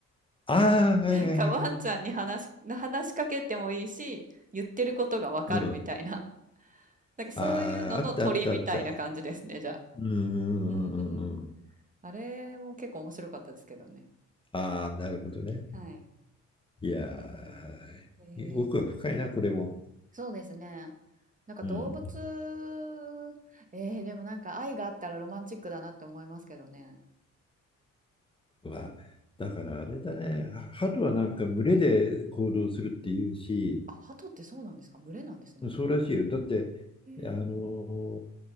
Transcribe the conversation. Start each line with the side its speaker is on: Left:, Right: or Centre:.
Left: ああ、
Right: <laughs>
Left: はいはいはい。
Right: なんかワンちゃんに話し、話しかけてもいいし、言ってることがわかるみたいな。
Left: うん。
Right: <laughs> なんかそういうのの鳥みたいな感じですね、
Left: ああ、あったあったあった。
Right: じゃ
Left: うんうんうんうんうん。
Right: あ。うんうん。あれも結構面白かったですけどね。
Left: ああ、なるほどね。
Right: はい。
Left: いや
Right: あ、えー、
Left: ー、奥が深いな、これも。
Right: そうですね。なんか動物、
Left: うん。
Right: えー、でもなんか愛があったらロマンチックだなって思いますけどね。
Left: まあ、だからあれだね。は鳩はなんか群れで行動するっていうし、
Right: あ、鳩ってそうなんですか？群れなんですね、あれ。
Left: そうらしいよ。だって、あのー、
Right: ええ。